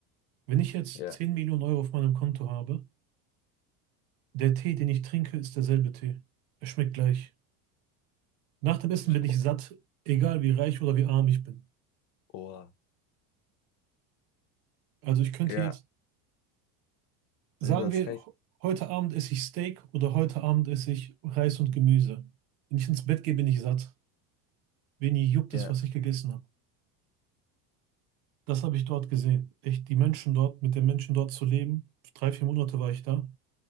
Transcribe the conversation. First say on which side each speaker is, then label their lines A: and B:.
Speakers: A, on the right; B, on the left.
A: Wenn ich jetzt
B: Ja,
A: 10 Millionen Euro auf meinem Konto habe, der Tee, den ich trinke, ist derselbe Tee. Er schmeckt gleich. Nach dem Essen
B: Gespro
A: bin ich satt, egal wie reich oder wie arm ich bin.
B: oh,
A: Also ich könnte
B: ja,
A: jetzt, sagen
B: nee, du hast
A: wir,
B: recht.
A: heute Abend esse ich Steak oder heute Abend esse ich Reis und Gemüse. Wenn ich ins Bett gehe, bin ich satt. Wenig juckt
B: Ja,
A: es, was ich gegessen habe. Das habe ich dort gesehen. Echt, die Menschen dort, mit den Menschen dort zu leben. Drei, vier Monate war ich da.